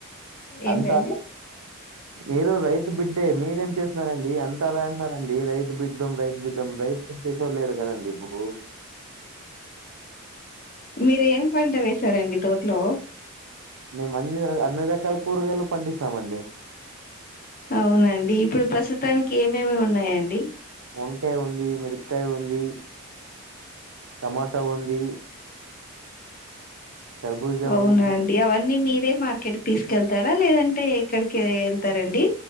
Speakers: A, on the left; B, on the right.
A: ఏంటండి.
B: అంతా మీరు రైతు బిడ్డే మీరేం చేస్తున్నారండి. అంత అలా అంటున్నారండి. రైతు బిడ్డల్లం, రైతు బిడ్డల్లం రైత్ చేసేవాళ్ళ లేరు కదండి ఇప్పుడు
A: మీరేం పాటలేసారండీ. తోట్లో
B: మేము అన్ని రా అన్ని రకాల కూరగాయలు పండిస్తామండి.
A: అవునండి. ఇప్పుడు ప్రస్తుతానికి ఏమేమి ఉన్నాయండి.
B: వంకాయ ఉంది, మిరుకాయ ఉంది, టమాటా ఉంది. ఖర్బూజా
A: అవునండి
B: ఉంది.
A: అవన్నీ మీర్ రేప్ మార్కెట్ కి తీసుకెళ్తారా లేదంటే ఎక్కడికి ఏళ్తారండి.